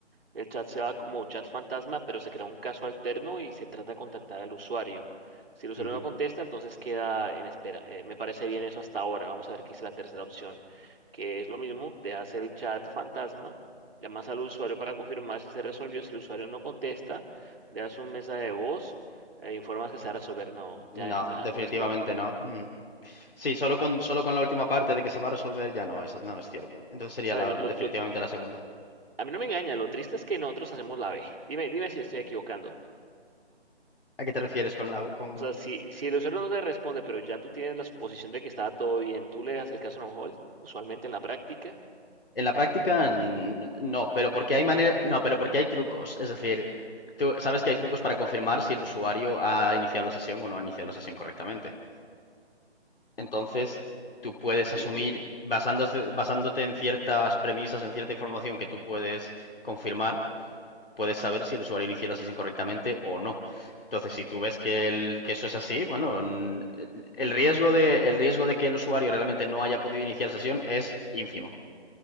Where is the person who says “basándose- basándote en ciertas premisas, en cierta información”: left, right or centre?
Left